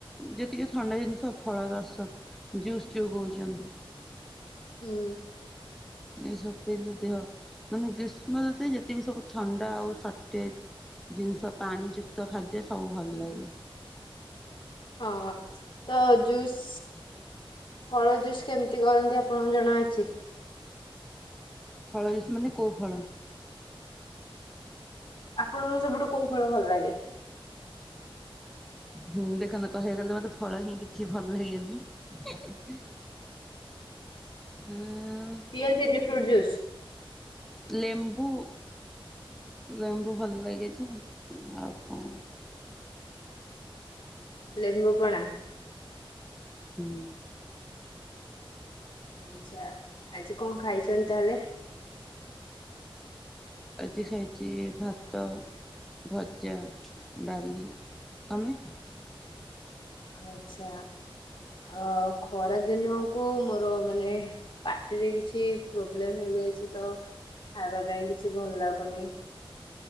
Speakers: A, in the centre; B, on the left.
A: ଯେତିକି ଥଣ୍ଡା ଜିନିଷ ଫଳ ରସ ଜୁସ ଯୋଉ କଉଛନ୍ତି।
B: ହୁଁ।
A: ଏ ସବୁ ପିଇଲେ ଦେହ ମାନେ ଗ୍ରୀଷ୍ମ ଋତୁରେ ଯେତିକି ସବୁ ଥଣ୍ଡା ଆଉ ସର୍ଟେଜ ଜିନିଷ ପାଣି ଯୁକ୍ତ ଖାଦ୍ୟ ସବୁ ଭଲ ଲାଗେ।
B: ହଁ ତ ଜୁସ୍ ଫଳ ଜୁସ୍ କେମିତି କରନ୍ତି ଆପଣଙ୍କୁ ଜଣାଅଛି।
A: ଫଳ ଯୁସ୍ ମାନେ କୋଉ ଫଳ।
B: ଆପଣଙ୍କୁ ସବୁଠୁ କୋଉ ଫଳ ଭଲ ଲାଗେ।
A: ହୁଁ ଦେଖନ୍ତ କହିବାକୁ ଗଲେ ମତେ ଫଳ ହିଁ କିଛି ଭଲ ଲାଗେନି। <inaudible> ଆଁ
B: ପିଅନ୍ତିନି ଫ୍ରୁଟ୍ ଜୁସ।
A: ଲେମ୍ବୁ ଲେମ୍ବୁ ଭଲ ଲାଗିଛି ଆଉ କଣ।
B: ଲେମ୍ବୁ ପଣା।
A: ହୁଁ।
B: ଆଜି କଣ ଖାଇଛନ୍ତି ତାହେଲେ।
A: ଆଜି ଖାଇଛି ଭାତ ଭଜା ଡାଲି ତମେ।
B: ଆଛା ଅ ଖରା ଦିନକୁ ମୋର ମାନେ ପାଟିରେ କିଛି ପ୍ରୋବ୍ଲେମ ହେଇଯାଇଛି ତ ଖାଇବା ପାଇଁ କିଛି ଭଲ ଲାଗୁନି।